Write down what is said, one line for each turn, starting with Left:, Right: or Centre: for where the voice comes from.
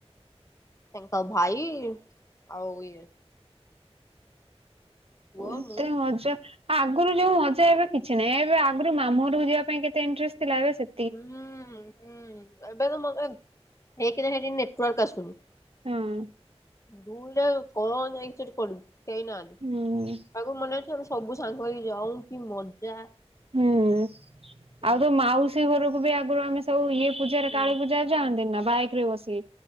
Left: ତାଙ୍କ ଭାଇ ଆଉ ଇଏ ପୁଅ
Right: ଏତେ
Left: ମୁଁ
Right: ମଜା ଆଗରୁ ଯୋଉ ମଜା ଏବେ କିଛି ନାହିଁ। ଏବେ ଆଗରୁ ମାମୁଁ ଘରକୁ ଯିବା ପାଇଁ କେତେ ଇଣ୍ଟ୍ରେଷ୍ଟ ଥିଲା ଏବେ ସେ
Left: ହୁଁ ହୁଁ। ଏବେ ତ ମତେ ଏକରେ ହେଠି ନେଟୱାର୍କ ଆସୁନି
Right: ହଁ।
Left: ଦୁଲେ କଣ ଯାଇ ସେଠି ପଡିବୁ? କେହି ନାହାନ୍ତି
Right: ହୁଁ
Left: ତାକୁ ମନେ ଅଛି ଆମେ ସବୁ ସାଙ୍ଗ ହେଇକି ଯାଉ କି ମଜା
Right: ହୁଁ
Left: ହୁଁ
Right: ଆଉ ତୋ ମାଉସୀ ଘରକୁ ବି ଆଗରୁ ଆମେ ସବୁ ଇଏ ପୂଜାରେ
Left: ହୁଁ
Right: କାଳୀ ପୂଜାରେ ଯାଆନ୍ତି ନା ବାଇକ୍ ରେ ବସି